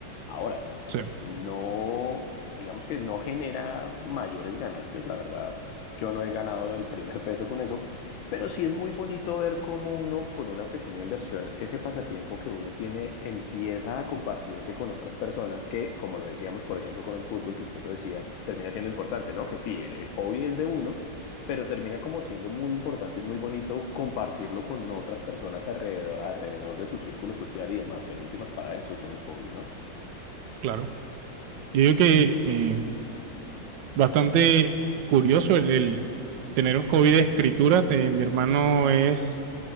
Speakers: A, on the left; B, on the right.
A: Ahora,
B: Sí,
A: no, digamos que no genera mayores ganancias, la verdad, yo no he ganado el primer peso con eso, pero sí es muy bonito ver cómo uno con una pequeña inversión, ese pasatiempo que uno tiene empieza a compartirse con otras personas que, como lo decíamos, por ejemplo, con el fútbol, que usted lo decía, termina siendo importante, ¿no? Que sí, el, el hobby es de uno pero termina como siendo muy importante y muy bonito compartirlo con otras personas alrededor, alrededor de su círculo social y demás, que en últimas para eso son los hobbies, ¿no?
B: claro. Yo digo que eh, bastante curioso el, el tener un hobby de escritura. Te- mi hermano es